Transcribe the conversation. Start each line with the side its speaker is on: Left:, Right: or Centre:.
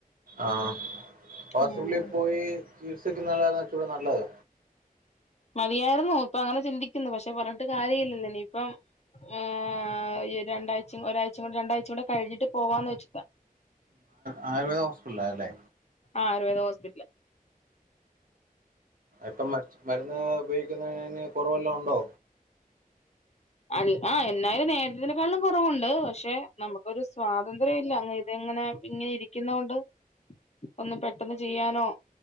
Right: ആഹ് ഹോസ്‌പിറ്റലിലൊക്കെ
Left: ഉം
Right: പോയി ചികിത്സിക്കുന്നതല്ലേ കൊറച്ചോടെ നല്ലത്
Left: മതിയായിരുന്നു ഇപ്പ അങ്ങനെ ചിന്തിക്കുന്നു പക്ഷെ പറഞ്ഞിട്ട് കാര്യം ഇല്ലല്ലോ ഇനിയിപ്പം. ആഹ് ഒരു രണ്ടാഴ്ച ഒരാഴ്ചകൂ രണ്ടാഴ്ച കൂടെ കഴിഞ്ഞിട്ട് പോവാന്ന് വെച്ചിട്ടാ.
Right: ആയുർവേദ ഹോസ്പിറ്റ്ല അല്ലേ
Left: ആഹ് ആയുർവേദ ഹോസ്പിഹറ്റ്ല
Right: പ്പം മരുന്ന് ഉപയോഗിക്കുന്നതിന് കുറവല്ലാം ഉണ്ടോ?
Left: അല്ല ആ എന്നായാലും നേരത്തെക്കാളിലും കുറവുണ്ട് പക്ഷെ നമുക്കൊരു സ്വാതന്ത്ര്യം ഇല്ല അങ്ങനെ ഇതെങ്ങനെ ഇങ്ങനെ ഇരിക്കുന്ന കൊണ്ട് ഒന്ന് പെട്ടെന്ന് ചെയ്യാനോ